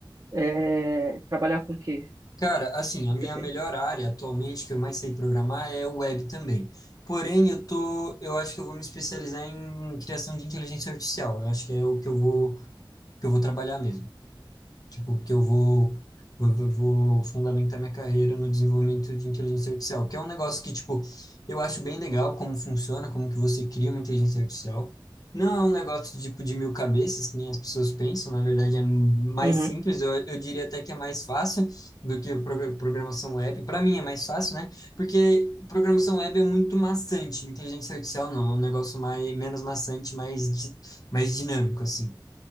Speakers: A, on the right (about 35°); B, on the left (about 45°).
A: é, trabalhar com o quê?
B: Cara, assim,
A: O que
B: a minha
A: que você pensa?
B: melhor área atualmente que eu mais sei programar é o web também. Porém, eu tô, eu acho que eu vou me especializar em criação de inteligência artificial. Eu acho que é o que eu vou, que eu vou trabalhar mesmo. Tipo, que eu vou, vou, vou vou fundamentar minha carreira no desenvolvimento de inteligência artificial, que é um negócio que, tipo, eu acho bem legal como funciona, como que você cria uma inteligência artificial. Não é um negócio, tipo, de mil cabeças, que nem as pessoas pensam, na verdade é mais
A: Uhum.
B: simples, eu, eu diria até que é mais fácil do que pro- programação web. Para mim é mais fácil, né? Porque programação web é muito maçante, inteligência artificial não, é um negócio mais, menos maçante, mais, di- mais dinâmico, assim,